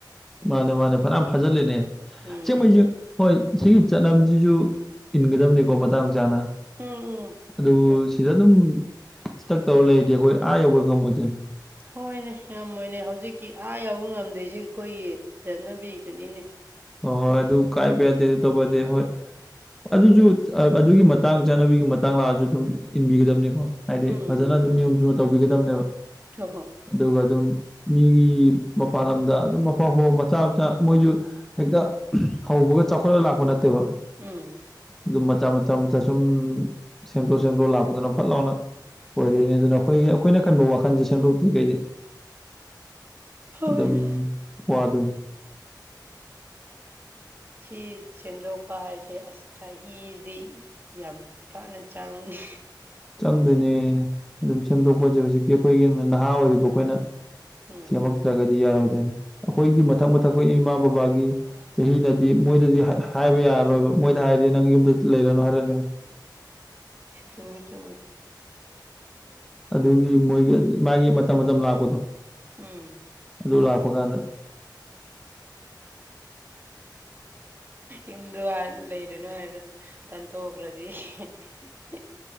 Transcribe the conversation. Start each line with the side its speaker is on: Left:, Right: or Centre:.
Centre: ꯃꯥꯅꯦ ꯃꯥꯅꯦ ꯐꯅ ꯌꯥꯝ ꯐꯖꯂꯦꯅꯦ
Right: ꯎꯝ
Centre: ꯆ ꯃꯩꯁꯨ ꯍꯣꯏ ꯁꯤꯒꯤ ꯆꯠꯅꯕꯤꯁꯤꯁꯨ ꯏꯟꯒꯗꯝꯕꯅꯤꯀꯣ ꯃꯇꯥꯡ ꯆꯥꯅ
Right: ꯎꯝ ꯎꯝ
Centre: ꯑꯗꯨ
Right: ꯆꯨꯝ.
Centre: ꯁꯤꯗ ꯑꯗꯨꯝ ꯁꯤ ꯇꯛ ꯇꯧꯔ ꯂꯩꯔꯗꯤ ꯑꯩꯈꯣꯏ ꯑꯥ ꯌꯧꯕꯩ ꯉꯝꯃꯣꯏꯗꯣꯏꯅꯤ
Right: ꯍꯣꯏꯅꯦ ꯌꯥꯝꯃꯣꯏꯅꯦ ꯍꯧꯖꯤꯛꯀꯤ ꯑꯥ ꯌꯥꯎꯕ ꯉꯝꯗꯣꯏꯁꯤꯦ ꯑꯩꯈꯣꯏꯒꯤ ꯆꯠꯅꯕꯤꯗꯨꯨꯅꯤꯅꯦ
Centre: ꯍꯣꯏ ꯍꯣꯏ ꯑꯗꯨ ꯀꯥꯏꯕ ꯌꯥꯗꯦ ꯑꯗꯨ ꯇꯧꯕ ꯌꯥꯗꯦ ꯍꯣꯏ ꯑꯗꯨꯁꯨ ꯑꯗꯨꯒꯤ ꯃꯇꯥꯡ ꯆꯠꯅꯕꯤꯒꯤ ꯃꯇꯥꯡ ꯂꯥꯛꯑꯁꯨ ꯑꯗꯨꯝ ꯏꯟꯕꯤꯒꯗꯕꯅꯤꯀꯣ ꯍꯥꯏꯗꯤ
Right: ꯎꯝ
Centre: ꯐꯖꯅ ꯑꯗꯨꯝ ꯅꯤꯌꯣꯝ ꯆꯨꯝꯅ ꯇꯧꯕꯤꯒꯗꯕꯅꯦꯕ
Right: ꯍꯣ ꯍꯣ
Centre: ꯑꯗꯨꯒ ꯑꯗꯨꯝ ꯃꯤꯒꯤ ꯃꯄꯥꯟ ꯂꯝꯗ ꯑꯗꯨꯝ ꯑꯐꯥꯎ ꯑꯐꯥꯎ ꯃꯆꯥ ꯃꯆꯥ ꯃꯣꯏꯁꯨ ꯍꯦꯛꯇ ꯍꯧꯕꯒ ꯆꯥꯎꯈꯠꯂ ꯂꯥꯛꯄ ꯅꯠꯇꯦꯕ
Right: ꯎꯝ
Centre: ꯑꯗꯨꯝ ꯃꯆꯥ ꯃꯆꯥ ꯃꯆꯥ ꯁꯨꯝ ꯁꯦꯝꯗꯣꯛ ꯁꯦꯝꯗꯣꯛ ꯂꯥꯛꯄꯗꯨꯅ ꯐꯠ ꯂꯥꯎꯅ ꯑꯣꯏꯔꯛꯏꯅꯦ ꯑꯗꯨꯅ ꯑꯩꯈꯣꯏ ꯑꯩꯈꯣꯏꯅ ꯀꯟꯕ ꯋꯥꯈꯟꯁꯦ ꯁꯦꯝꯗꯣꯛꯇ꯭ꯔꯤ ꯀꯩꯗꯤ
Right: ꯍꯣꯏ
Centre: ꯑꯗꯨ ꯑꯗꯨꯝ ꯋꯥꯗ
Right: ꯁꯤ ꯁꯦꯝꯗꯣꯛꯄ ꯍꯥꯏꯕꯁꯦ ꯑꯁ ꯆꯍꯤꯗꯤ ꯌꯥꯝ ꯐꯅ ꯆꯥꯡ <inaudible>
Centre: ꯆꯪꯗꯣꯏꯅꯦ ꯑꯗꯨꯝ ꯁꯦꯝꯗꯣꯛꯄꯁꯦ ꯍꯧꯖꯤꯛꯇꯤ ꯑꯩꯈꯣꯏꯒꯤ ꯅꯍꯥ ꯑꯣꯏꯔꯤꯕ ꯑꯩꯈꯣꯏꯅ
Right: ꯎꯝ
Centre: ꯁꯦꯝꯃꯛꯇ꯭ꯔꯒꯗꯤ ꯌꯥꯔꯣꯏꯗꯣꯏꯅꯦ ꯑꯩꯈꯣꯏꯒꯤ ꯃꯊꯛ ꯃꯊꯛ ꯑꯩꯈꯣꯏ ꯏꯃꯥ ꯕꯕꯥꯒꯤ ꯆꯍꯤꯅꯗꯤ ꯃꯣꯏꯗꯗꯤ ꯍꯥꯏꯕ ꯌꯥꯔꯔꯣꯏꯕ ꯃꯣꯏꯗ ꯍꯥꯏꯔꯗꯤ ꯅꯪ ꯌꯨꯝꯗ ꯂꯩꯔꯅꯨ ꯍꯥꯏꯔꯅꯦꯕ
Right: ꯆꯨꯝꯃꯤ ꯆꯨꯝꯃꯤ
Centre: ꯑꯗꯨꯒꯤ ꯃꯣꯏꯒꯤ ꯃꯥꯒꯤ ꯃꯇꯝ ꯃꯇꯝ ꯂꯥꯛꯄꯗꯣ
Right: ꯎꯝ
Centre: ꯑꯗꯨ ꯂꯥꯛꯄ ꯀꯥꯟꯗ
Right: ꯌꯨꯝꯗ ꯂꯩꯔꯅꯨ ꯍꯥꯏꯔꯒ ꯇꯥꯟꯊꯣꯛꯈ꯭ꯔꯗꯤ <inaudible>